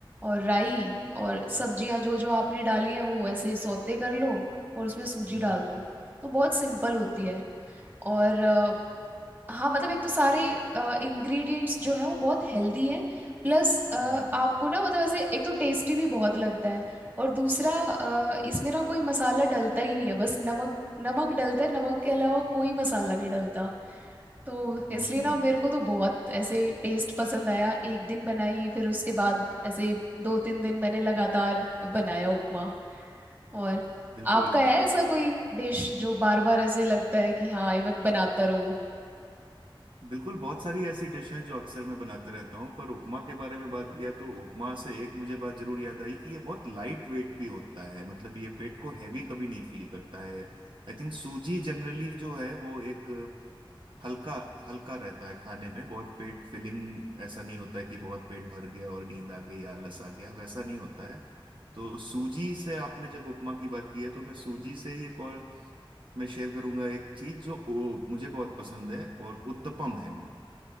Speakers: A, on the right; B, on the right.
A: और राई और सब्जियां जो जो आपने डाली हैं वो ऐसे सौते कर लो और उसमें सूजी
B: हम्म
A: डाल दो तो बहुत सिंपल होती है और अ, हाँ मतलब एक तो सारे इंग्रेडिएंट्स जो है वो बहुत हेल्दी हैं प्लस आपको
B: जी
A: ना मतलब ऐसे एक तो टेस्टी भी बहुत लगता है और दूसरा अ, इसमें ना कोई मसाला डलता ही नहीं है बस नमक नमक डलता है नमक के अलावा कोई मसाला नहीं डलता तो
B: हम्म
A: इसलिए ना मेरे को तो बहुत ऐसे टेस्ट पसंद आया एक दिन बनाई फिर उसके बाद ऐसे दो तीन दिन मैंने लगातार बनाया उपमा और
B: बिल्कुल
A: आपका है ऐसा कोई डिश जो बार बार ऐसे लगता है कि हाँ ये मैं बनाता रहूं
B: बिल्कुल बहुत सारी ऐसी डिश हैं जो अक्सर मैं बनाते रहता हूँ पर उपमा के बारे में बात किया तो उपमा से एक मुझे बात जरूर याद आई कि ये बहुत लाइट वेट भी होता है मतलब ये पेट को हैवी कभी नहीं फील करता है आई थिंक सूजी जनरली जो है वो एक हल्का हल्का रहता है खाने में बहुत पेट फिलिंग ऐसा नहीं होता है कि बहुत पेट भर गया और नींद आ गई आलस आ गया वैसा नहीं होता है तो सूजी से आपने जब उपमा की बात की है तो मैं सूजी से ही एक और मैं शेयर करूंगा एक चीज जो ओ, मुझे बहुत पसंद है और उत्तपम है वो